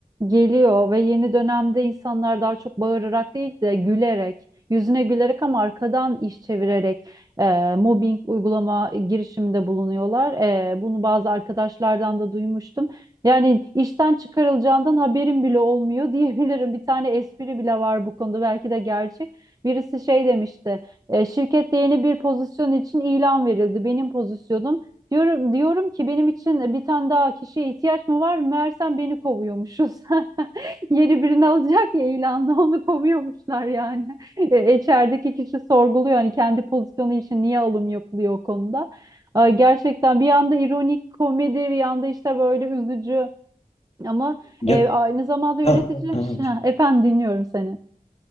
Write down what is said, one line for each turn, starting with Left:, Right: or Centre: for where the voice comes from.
Right: geliyor ve yeni dönemde insanlar daha çok bağırarak değil de gülerek, yüzüne gülerek ama arkadan iş çevirerek e, mobbing uygulama girişiminde bulunuyorlar. E, bunu bazı arkadaşlardan da duymuştum. Yani işten çıkarılacağından haberim bile olmuyor <laughs> diyebilirim. Bir tane espri bile var bu konuda. Belki de gerçek. Birisi şey demişti. E, şirkette yeni bir pozisyon için ilan verildi. Benim pozisyonum. Diyorum, diyorum ki benim için e, bir tane daha kişiye ihtiyaç mı var? Meğersem beni kovuyormuşuz. <laughs> Yeni birini alacak ya ilanla onu kovuyormuşlar yani. <laughs> E, İçerideki kişi sorguluyor hani kendi pozisyonu için niye alım yapılıyor o konuda. Ay, gerçekten bir yanda ironik komedi bir yanda işte böyle üzücü ama
Left: Ya,
Right: e, aynı zamanda yönetici.
Left: ya, evet.
Right: <laughs> Ha, efendim dinliyorum seni.